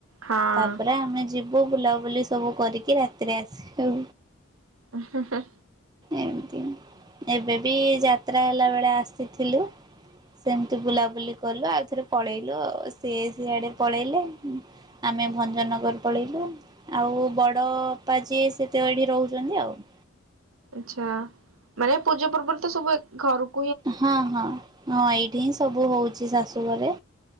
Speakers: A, on the right (about 80°); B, on the right (about 20°).
A: ହଁ।
B: ତାପରେ ଆମେ ଯିବୁ ବୁଲାବୁଲି ସବୁ କରିକି ରାତିରେ ଆସିବୁ।
A: ହୁଁ ହୁଁ।
B: ଏମିତି। ଏବେ ବି ଯାତ୍ରା ହେଲାବେଳେ ଆସିଥିଲୁ। ସେମିତି ବୁଲାବୁଲି କଲୁ ଆଉ ଥରେ ପଳେଇଲୁ ଆଉ ସିଏ ସିଆଡେ ପଳେଇଲେ ଉଁ ଆମେ ଭଞ୍ଜନଗର ପଳେଇଲୁ ଆଉ ବଡ ଅପା ଯିଏ ସିଏତ ଏଠି ରହୁଚନ୍ତି ଆଉ। <inaudible>
A: ଆଚ୍ଛା ମାନେ ପୂଜା ପର୍ବରେ ତ ସବୁ ଏକ୍ ଘରୁକୁ
B: ହଁ-ହଁ-ହଁ ଏଇଠି ହିଁ ସବୁ ହଉ ଶାଶୁ ଘରେ